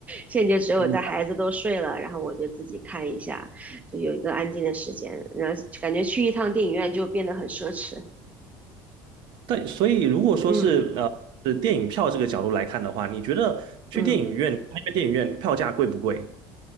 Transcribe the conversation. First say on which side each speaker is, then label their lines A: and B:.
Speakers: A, on the right; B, on the right.
A: 现在就只有在孩子都睡了，
B: 嗯
A: 然后我就自己看一下，就有一个安静的时间，然后感觉去一趟电影院就变得很奢侈。
B: 对，所以如果说是呃是电影票这个角度来看的话，
A: 嗯
B: 你觉得去电影院那边电影院票价贵不贵？
A: 嗯。